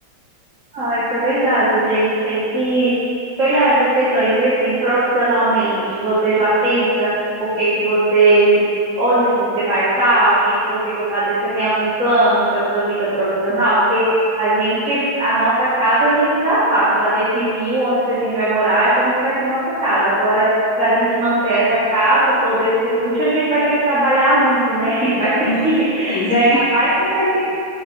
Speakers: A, on the right (about 40°); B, on the left (about 80°).
A: Ah, isso é verdade, gente. Tem que olhar essas questões. E assim, profissionalmente, você já pensa o que que você, onde você vai estar, o que que você quer fazer? Você tem algum plano para sua vida profissional? Porque a gente, a nossa casa, a gente já sabe, já definiu onde que a gente vai morar e como que vai ser nossa casa. Agora, para a gente manter essa casa, todo esse luxo, a gente vai ter que trabalhar muito, né? <laughs> Vai ter
B: <laughs> Com
A: que
B: certeza.
A: ganhar mais do que a gente